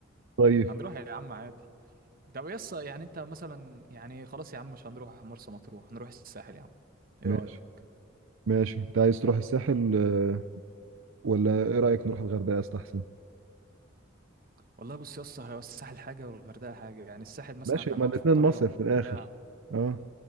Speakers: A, on the right (about 75°); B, on the right (about 45°).
A: طيب
B: هنروح يا عم عادي ده يس يعني انت مثلا يعني خلاص يا عم مش هنروح مرسى مطروح هنروح الساحل يا عم ايه
A: ماشي
B: رأيك
A: ماشي انت عايز تروح الساحل آه، ولا ايه رأيك نروح الغردقة استحسن
B: والله بص يا اسطى هو الساحل حاجه والغردقه حاجه يعني الساحل مثلا
A: ماشي
B: احنا
A: هما
B: نقعد
A: الاتنين
B: في القريه
A: مصيف في الاخر
B: بتاع
A: اه